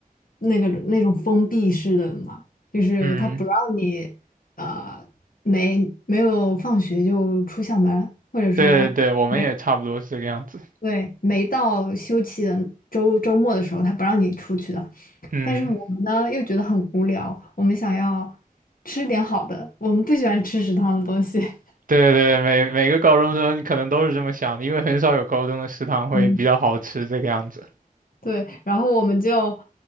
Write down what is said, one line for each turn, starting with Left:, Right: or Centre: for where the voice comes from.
Left: 那个那种封闭式的嘛，就是他不让你呃没没有放学就出校门，
Right: 嗯，
Left: 或者说没
Right: 对对，我们也差不多是这个样子。
Left: 对没到休息的周周末的时候，他不让你出去的。
Right: 嗯，
Left: 但是我们呢又觉得很无聊，我们想要吃点好的，我们不喜欢吃食堂的东西。<laughs>
Right: 对对，每每个高中生可能都是这么想的，因为很少有高中的食堂会比较好吃这个样子
Left: 嗯。对，然后我们就